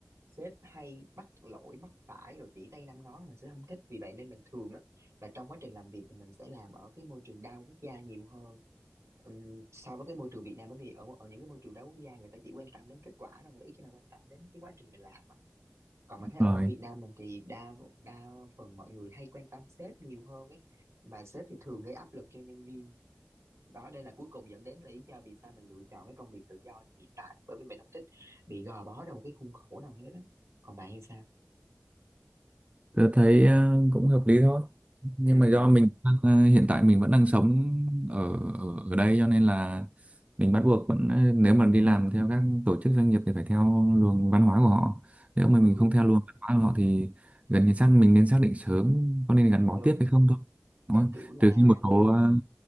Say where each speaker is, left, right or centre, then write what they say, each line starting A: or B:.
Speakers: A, on the right; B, on the right.
A: sếp hay bắt lỗi bắt phải rồi chỉ tay năm ngón là mình sẽ không thích vì vậy nên mình thường á là trong quá trình làm việc thì mình sẽ làm ở cái môi trường đa quốc gia nhiều hơn Ừm, so với cái môi trường Việt Nam bởi vì ở ở những cái môi trường đa quốc gia người ta chỉ quan tâm đến kết quả thôi người ta ít khi nào quan tâm đến cái quá trình mình làm á còn mình thấy ở
B: rồi
A: Việt Nam mình thì đa đa phần mọi người hay quan tâm sếp nhiều hơn ấy và sếp thì thường gây áp lực cho nhân viên đó đây là cuối cùng dẫn đến lý do vì sao mình lựa chọn cái công việc tự do như hiện tại bởi vì mình không thích bị gò bó trong một cái khuôn khổ nào hết á còn bạn thì sao
B: tôi thấy ờ, cũng hợp lý thôi nhưng
A: ừ
B: mà do mình đang, ờ, hiện tại mình vẫn đang sống ở ở, ở đây cho nên là mình bắt buộc vẫn ờ, nếu mà đi làm theo các tổ chức doanh nghiệp thì phải theo luồng văn hóa của họ nếu mà
A: ừ
B: mình không theo luồng văn hóa của họ thì gần như xác mình nên xác định sớm có nên gắn bó
A: đúng
B: tiếp hay không thôi đúng
A: cái
B: không?
A: kiểu là
B: trừ khi một số ờ,